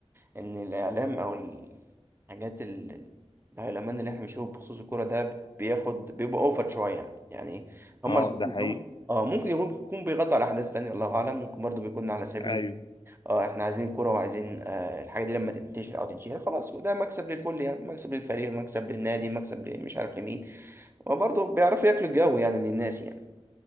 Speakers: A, on the right (about 20°); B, on the left (about 45°).
A: ان الاعلام او الحاجات ال- ال- الهيلمان اللي احنا بنشوفه بخصوص الكوره ده بياخد بيبقى اوفر شويه يعني هم
B: اه
A: اللي
B: ده حقيقي
A: هم اه ممكن يكون يكون بيغطي على احداث تانية الله اعلم ممكن برضه بيكون على سبيل
B: ايوه
A: اه احنا عايزين كوره وعايزين آه الحاجه دي لما تنتشر او تتشهر خلاص وده مكسب للكل يعني مكسب للفريق مكسب للنادي مكسب مش عارف لمين وبرضه بيعرفوا ياكلوا الجو يعني من الناس يعني